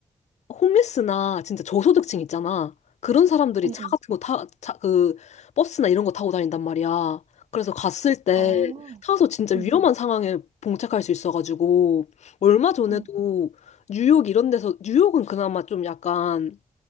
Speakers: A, on the left; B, on the right.
A: 홈리스나 진짜 저소득층 있잖아. 그런 사람들이
B: 응,
A: 차
B: 응.
A: 같은 거 타, 차, 그, 버스나 이런 거 타고 다닌단 말이야. 그래서 갔을 때
B: 아,
A: 타서 진짜
B: 응,
A: 위험한 상황에 봉착할 수 있어가지고, 얼마 전에도
B: 응,
A: 뉴욕 이런 데서, 뉴욕은 그나마 좀 약간,